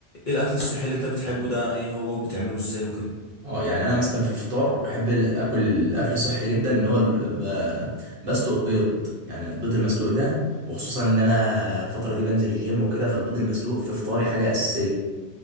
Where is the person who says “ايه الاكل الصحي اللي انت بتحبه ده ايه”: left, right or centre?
Left